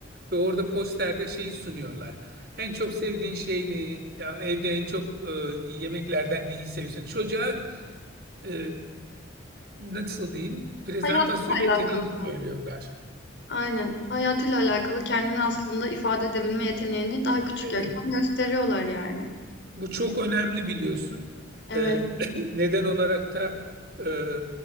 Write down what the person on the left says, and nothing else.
Hayatla alakalı.
Aynen. Hayatıyla alakalı kendini aslında ifade edebilme yeteneğini daha küçük
yaştan gösteriyorlar yani.
Evet.